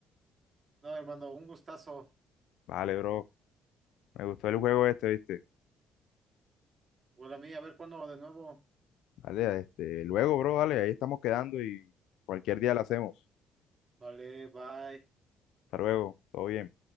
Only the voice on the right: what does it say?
No, hermano, un gustazo.
Bueno, a mí, a ver cuándo de nuevo.
Vale, bye.